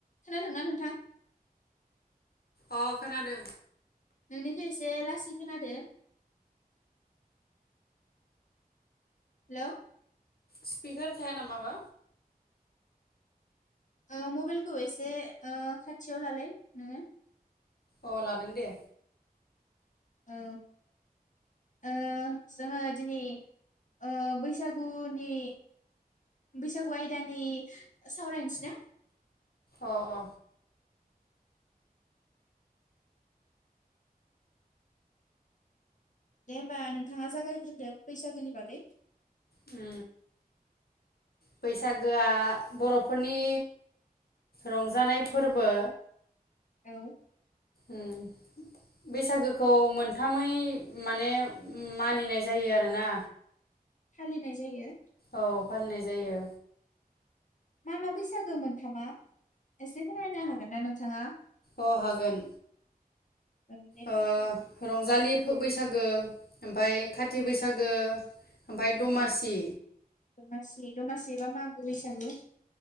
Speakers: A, on the left (about 50°); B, on the left (about 75°).
A: खोनादों ना नोंथ थां
B: अ खोनादों।
A: नोंनिखो एसे लासै खोनादो। हेलौ
B: स्पिकार थाया नामा बा?
A: ओ मबाइलखौ एसे ओ खाथियाव लालाय नोङो
B: अ लादों दे।
A: औ ओ जोङो दिनै ओ बैसागुनि बैसागु आयदानि सावरायनोसै ना?
B: अ अ
A: दे होमबा नोंथाङा जागायग्रोदो बैसागोनि बागै?
B: उम बैसागोआ बर'फोरनि रंजानाय फोरबो।
A: औ
B: उम बैसागोखौ मोनथामै माने मानिनाय जायो आरोना
A: फालिनाय जायो।
B: औ फालिनाय जायो।
A: मा मा बैसागो मोनथामा? एसे फोररायनो हागोन ना नोंथाङा?
B: अ हागोन।
A: औ दे फोरमायलाय
B: ओ रंजालि खो बैसागो ओमफाय काटि
A: औ
B: बैसागो ओमफाय दमासि
A: औ दमासि बे दमासि बा मागो बैसागु